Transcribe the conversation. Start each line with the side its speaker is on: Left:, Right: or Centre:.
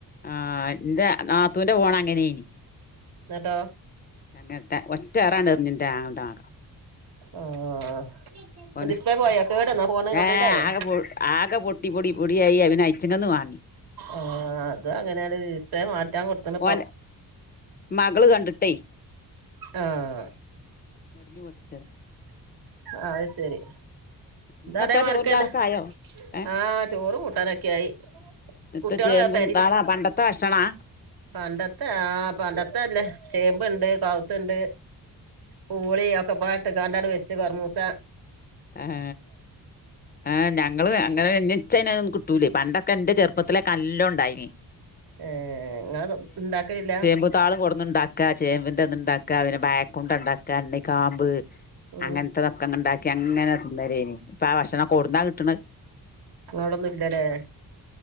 Left: ആഹ് ഇന്റെ നാത്തൂന്റെ ഫോണ് അങ്ങനെയ്നി
Right: ന്ന്ട്ടോ
Left: ട്ടങ്ങട്ട് ഒറ്റേറാണ്ടെർഞ്ഞു ന്റെ ആങ്ങൾന്റെ മകം
Right: ആഹ്
Left: ഓൻ
Right: ഡിസ്പ്ലേ പോയോ കേടന്നോ ഫോണ് കംപ്ലൈന്റ്
Left: ഏ
Right: ആയോ
Left: ആകെ പൊ ആകെ പൊട്ടി പൊടി പൊടിയായി അഹ് പിന്നെ അയ്ച്ച്ങ്ങന്ന് വാങ്ങി
Right: ആഹ് അത് അങ്ങനെയാണ്ട് ഡിസ്പോ മാറ്റാൻ കൊട്ത്ത്ണ് ഇപ്പോ
Left: ഓന്റെ മകള് കണ്ട്ട്ടെയ്
Right: ആഹ്
Left: എർഞ്ഞു പൊട്ടി
Right: അഹ് സെരി
Left: ഇന്നത്തെ
Right: തു അതേ മാരിക്കന്നെ
Left: ചോറും ചാറൊക്കെ ആയോ ഏഹ്
Right: ആഹ് ചോറും കൂട്ടാനൊക്കെ ആയി
Left: ഇപ്പോ
Right: കുട്ടികള്
Left: ചേമ്പും
Right: പെരേലാ
Left: താളാ പണ്ടത്തെ ഭക്ഷണാ
Right: പണ്ടത്തെ ആഹ് പണ്ടത്തല്ലേ ചേമ്പ്ണ്ട് കാവ്ത്ത്ണ്ട് പൂളി ഒക്കെ ഇട്ട് കണ്ടാട് വെച്ച് കുറമൂസ
Left: ആഹ ആ ഞങ്ങള് അങ്ങനെച്ച ഒന്ന് കിട്ടൂലേ പണ്ടൊക്കെ എന്റെ ചെറുപ്പത്തില ല്ലോ ഉണ്ടായിന്
Right: ഏ ഇങ്ങളെ ഉണ്ടാക്കലില്ലേ
Left: ചേമ്പ് താള് കൊടന്നുണ്ടാക്കാ ചേമ്പിന്റെ ഇത് ഇണ്ടാക്ക പിന്നെ ബായ കൊണ്ട ഉണ്ടാക്ക ഇ ണ്ണികാമ്പ്
Right: ഉം
Left: അങ്ങനത്തെതൊക്കെങ് ഇണ്ടാക്കി അങ്ങനെ തി ന്നല യി നി ഇപ്പ ആ ഭക്ഷണക്കെ എബിടന്നാ കിട്ടണ്
Right: ഇങ്ങോടൊന്നും ഇല്ലല്ലേ